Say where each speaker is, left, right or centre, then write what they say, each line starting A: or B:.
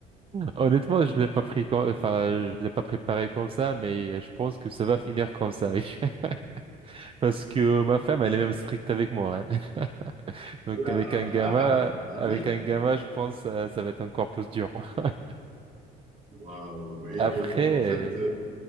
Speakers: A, on the right (about 30°); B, on the right (about 50°).
A: Honnêtement, je l'ai pas pris comme, enfin, je l'ai pas préparé comme ça, mais je pense que ça va finir comme ça. oui. <laughs> Parce que ma femme, elle est même stricte avec moi. hein. Donc
B: Oh là,
A: avec
B: ah,
A: un gamma,
B: ah
A: avec
B: oui.
A: un gamma, je pense euh, ça va être encore plus dur. <laughs>
B: Waouh. Et,
A: Après,
B: et donc, en fait, euh,
A: euh,